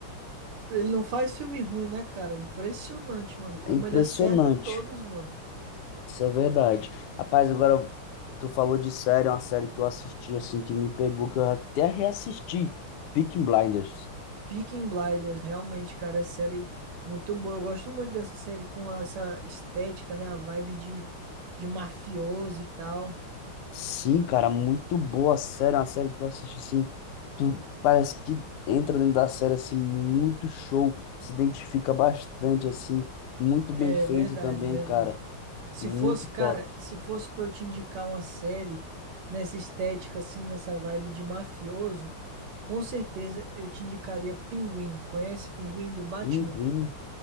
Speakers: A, on the right (about 80°); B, on the left (about 85°).
A: Ele não faz filme ruim, né, cara? Impressionante, mano. Como
B: É impressionante.
A: ele acerta todos, mano.
B: Isso é verdade. Rapaz, agora tu falou de série, é uma série que eu assisti assim que me pegou, que eu até reassisti, Peaky Blinders.
A: Peaky Blinders, realmente, cara, é série muito boa. Eu gosto muito dessa série com essa estética, né? A vibe de, de mafioso e tal.
B: Sim, cara, muito boa a série, é uma série que tu assiste assim, tu parece que entra dentro da série assim muito show, se identifica bastante assim, muito
A: É
B: bem feito
A: verdade,
B: também,
A: verdade.
B: cara,
A: Se
B: muito
A: fosse, cara,
B: top.
A: se fosse pra eu te indicar uma série nessa estética, assim, nessa vibe de mafioso, com certeza eu te indicaria Pinguim. Conhece Pinguim do Batman?
B: Pinguim,